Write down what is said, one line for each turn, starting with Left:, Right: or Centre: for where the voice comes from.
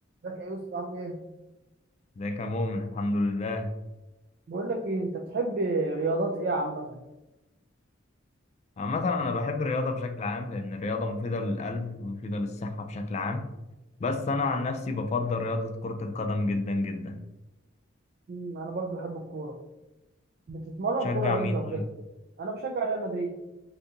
Right: ازيك يا يوسف عامل ايه؟
Left: ازيك يا مؤمن الحمد لله
Right: بقول لك ايه انت بتحب رياضات ايه عامة؟
Left: عامة أنا بحب الرياضة بشكل عام لأن الرياضة مفيدة للقلب ومفيدة للصحة بشكل عام بس أنا عن نفسي بفضل رياضة كرة القدم جدا جدا
Right: مم، انا برضو بحب الكورة بتتمرن
Left: شجع
Right: كورة
Left: مين
Right: امتى وكده؟
Left: طيب؟
Right: انا بشجع ريال مدريد